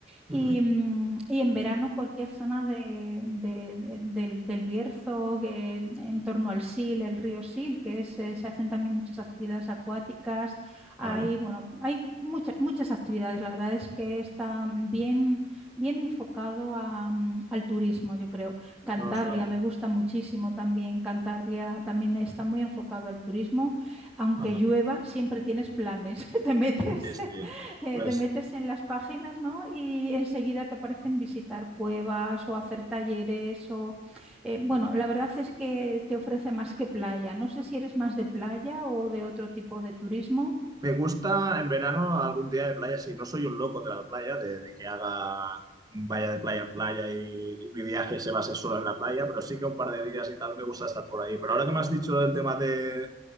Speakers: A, in the centre; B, on the right.
A: Y,
B: Ujú.
A: mm, y en verano cualquier zona de- de- de- del, del Bierzo, que en en torno al Sil, el río Sil, que es, eh, se hacen también muchas actividades acuáticas.
B: Vale.
A: Hay, bueno, hay muchas, muchas actividades. La verdad es que está bien, bien enfocado a, mm, al turismo, yo creo. Cantabria
B: No, no, suena bien.
A: me gusta muchísimo también. Cantabria también está muy enfocado al turismo. Aunque
B: Ajá.
A: llueva, siempre tienes planes. <laughs> Te metes
B: Y este,
A: eh,
B: pues,
A: te metes en las páginas, ¿no? Y enseguida te aparecen visitar cuevas o hacer talleres o... eh, bueno,
B: qué guay.
A: la verdad es que te ofrece más que playa. No sé si eres más de playa o de otro tipo de turismo.
B: Me gusta en verano algún día de playa, sí. No soy un loco de la playa, de, de que haga, vaya de playa en playa y, y mi viaje se base solo en la playa, pero sí que un par de días y tal me gusta estar por ahí. Pero ahora que me has dicho el tema de,